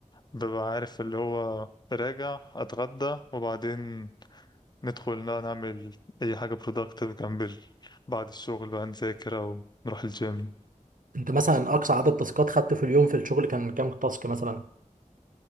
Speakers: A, on the left; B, on the right.
A: ببقى عارف اللي هو راجع أتغدى وبعدين ندخل ن- نعمل أي حاجة productive جنب ال... بعد الشغل بقى نذاكر أو نروح الجيم
B: أنت مثلا أقصى عدد تاسكات خدته في اليوم في الشغل كان كام تاسك مثلا